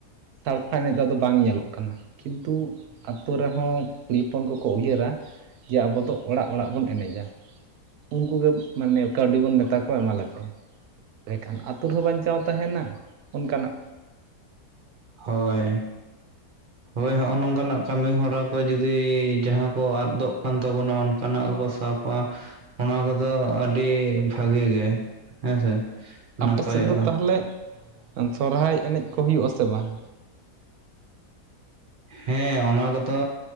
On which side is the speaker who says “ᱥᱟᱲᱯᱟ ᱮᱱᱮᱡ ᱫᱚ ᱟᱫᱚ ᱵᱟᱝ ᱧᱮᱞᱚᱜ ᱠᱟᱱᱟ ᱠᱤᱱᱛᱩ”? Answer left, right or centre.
Right